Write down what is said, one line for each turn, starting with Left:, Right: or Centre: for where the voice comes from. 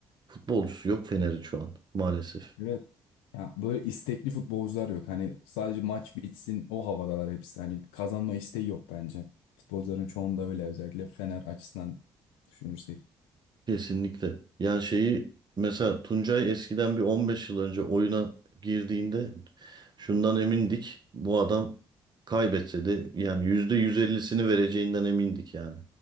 Right: futbolcusu yok Fener'in şu an maalesef.
Left: Evet. Ya böyle istekli futbolcular yok. Hani sadece maç bitsin o havadalar hepsi. Hani kazanma isteği yok bence. Futbolcuların çoğunda öyle özellikle Fener açısından düşünürsek.
Right: Kesinlikle. Yani şeyi mesela Tuncay eskiden bir 15 yıl önce oyuna girdiğinde şundan emindik. Bu adam kaybetse de yani %150'sini vereceğinden emindik yani.